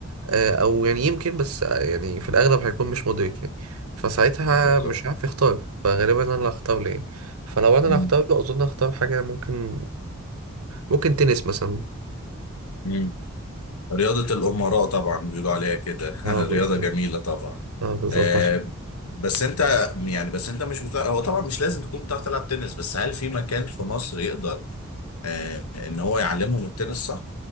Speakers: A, on the right (about 80°); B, on the left (about 85°).
A: آه، او يعني يمكن بس آه، يعني في الاغلب هيكون مش مدرك يعني فساعتها
B: بالظبط
A: مش عارف يختار فغالبا انا اللي هختار له يعني فلو انا اللي
B: مم.
A: هختار له اظن هختار حاجه ممكن ممكن تنس مثلا
B: مم. رياضة الأمراء طبعا بيقولوا عليها كده <laughs>
A: اه بالظبط
B: رياضة جميلة طبعا
A: اه بالظبط
B: آه
A: عشان
B: بس أنت يعني بس أنت مش بتاع هو طبعا مش لازم تكون بتعرف تلعب تنس بس هل في مكان في مصر يقدر آه إن هو يعلمهم التنس صح؟